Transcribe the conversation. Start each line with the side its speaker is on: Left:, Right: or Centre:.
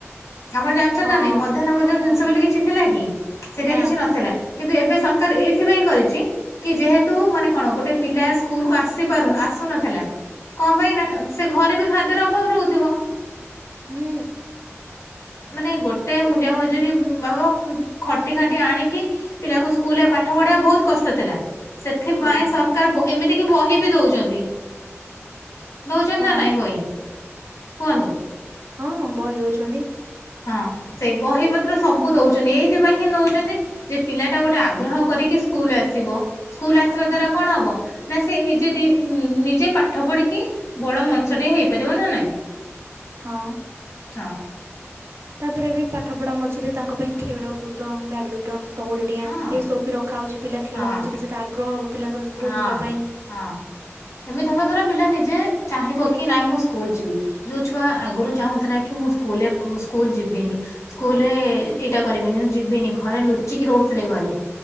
Left: ଆପଣ ଜାଣିଛନ୍ତି
Right: ହଁ
Left: ନା ନାଇଁ ମଧ୍ୟାହ୍ନ ଭୋଜନ
Right: ହଁ
Left: ଜିନିଷ ବୋଲି କିଛି ଥିଲା କି ସେଇଟା
Right: ନା
Left: କିଛି ନଥିଲା। କିନ୍ତୁ ଏବେ ସରକାର ଏଇଥିପାଇଁ କରିଛି। କି ଯେହେତୁ ମାନେ କଣ ଗୋଟେ ପିଲା ସ୍କୁଲ କୁ ଆସି ପାରୁ ଆସୁନଥିଲା। କଣ ପାଇଁ ନା ସେ ଘରେ ବି ଖାଦ୍ୟର ଅଭାବ ରହୁଥିବ।
Right: ହୁଁ।
Left: ମାନେ ଗୋଟେ ମୂଲ୍ୟ ମଜୁୁରୀ ବାବ ଖଟି ଖଟି ଆଣିକି ପିଲାଙ୍କୁ ସ୍କୁଲ ରେ ପାଠ ପଢିବା ବହୁତ କଷ୍ଟ ଥିଲା। ସେଥିପାଇଁ
Right: ହଁ
Left: ସରକାର ବ ଏମିତି କି ବହି ବି ଦଉଛନ୍ତି। ଦଉଛନ୍ତି
Right: ହଁ
Left: ନା ନାଇଁ ବହି କୁହନ୍ତୁ।
Right: ହଁ ବହି ଦଉଛନ୍ତି।
Left: ହଁ ସେଇ ବହି ପତ୍ର ସବୁ ଦଉଛନ୍ତି ଏଇଥିପାଇଁ ହିଁ ନଉଛନ୍ତି ଯେ ପିଲା ଟା ଗୋଟେ ଆଗ୍ରହ କରିକି ସ୍କୁଲ ଆସିବ ସ୍କୁଲ ଆସିବା ଦ୍ଵାରା କଣ ହବ। ନା ସେ ନିଜେ ଵି ଉଁ ନିଜେ ପାଠ ପଢିକି। ବଡ ମନିଷ ଟିଏ ହେଇପାରିବ ନା ନାଇଁ।
Right: ହଁ।
Left: ହଁ।
Right: ତାପରେ ବି ପାଠପଢ଼ା ମଝିରେ ତାଙ୍କ ପାଇଁ ଖେଳକୁଦ ବ୍ୟାଡମିଣ୍ଟନ। ତଉଡିଡିଆ
Left: ହଁ
Right: ଏସବୁ ବି ରଖାହଉଛି ପିଲା ଖେଳ
Left: ହଁ
Right: ମଝିରେ ସେଇଟା ଆଗ୍ରହ ହବ ପିଲାଙ୍କର ସ୍କୁଲ
Left: ହଁ
Right: ଯିବା ପାଇଁ
Left: ହଁ ଏମିତି ହବା ଦ୍ଵାରା ପିଲା ନିଜେ ଚାହିଁ ବକି ନାଇଁ ମୁଁ ସ୍କୁଲ ଯିବି। ଯୋଉ ଛୁଆ ଆଗରୁ ଚାହୁଁଥିଲା କି ମୁଁ ସ୍କୁଲରେ ସ୍କୁଲ ଯିବିନି। ସ୍କୁଲରେ
Right: ହଁ
Left: ଏଇଟା କରିବିନି ଯିବିନି ଘରେ ଲୁଚୁ ଲୁଚିକି ରହୁଥିଲେ ଘରେ